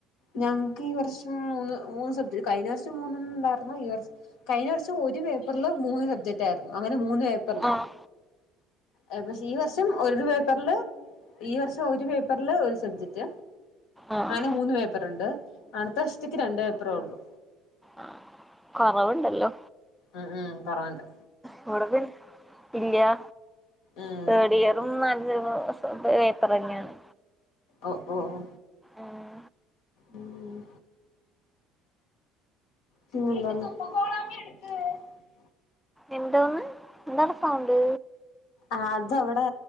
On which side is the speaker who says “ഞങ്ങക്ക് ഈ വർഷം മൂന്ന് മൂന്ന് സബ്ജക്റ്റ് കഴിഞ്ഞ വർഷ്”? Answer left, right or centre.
Left